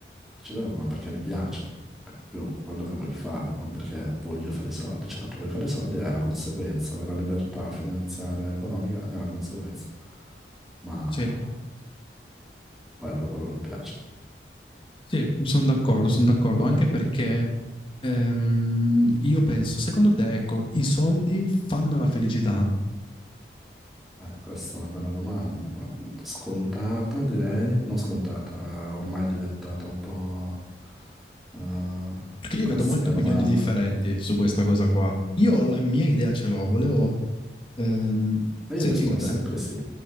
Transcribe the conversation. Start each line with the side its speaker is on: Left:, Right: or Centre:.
Centre: ci devo, ma perché mi piace, proprio quello che voglio fare, non perché voglio fare i soldi. Certo, voglio fare i soldi è una conseguenza, avere la libertà finanziaria e economica è una conseguenza, ma
Left: Sì,
Centre: quello è quello che mi piace.
Left: sì, sono d'accordo, sono d'accordo, anche perché ehm, io penso, secondo te, ecco, i soldi fanno la felicità?
Centre: Eh, questa è una bella domanda. Scontata, direi. Non scontata, eh, ormai è diventata un po' eh,
Left: Perché io
Centre: classica
Left: vedo molte
Centre: domanda.
Left: opinioni differenti su questa cosa qua. Io la mia idea ce l'ho, volevo ehm,
Centre: E
Left: sentire
Centre: io rispondo
Left: te.
Centre: sempre sì,